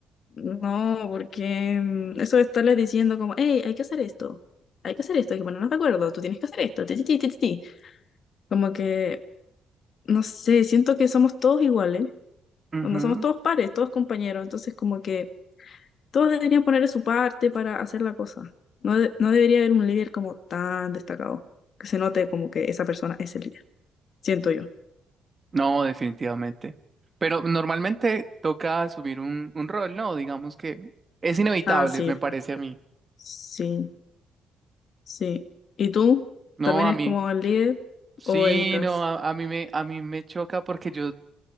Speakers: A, on the left (about 55°); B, on the right (about 30°).
A: No, porque mm, eso de estarles diciendo como, hey, hay que hacer esto, hay que hacer esto, hay que ponernos de acuerdo, tú tienes que hacer esto, ti, ti, ti, ti, ti, ti". Como que, no sé, siento que somos todos iguales,
B: Ujú.
A: cuando somos todos pares, todos compañeros, entonces como que todos deberían ponerle su parte para hacer la cosa. No, de- no debería haber un líder como tan destacado, que se note como que esa persona es el líder, siento yo.
B: No, definitivamente. Pero normalmente toca asumir un, un rol, ¿no? Digamos que es inevitable,
A: Ah, sí,
B: me
A: po,
B: parece a mí.
A: sí. Sí. ¿Y tú?
B: No,
A: ¿También
B: a
A: es
B: mí.
A: como el líder
B: Sí,
A: o evitas?
B: no, a, a mí me, a mí me choca porque yo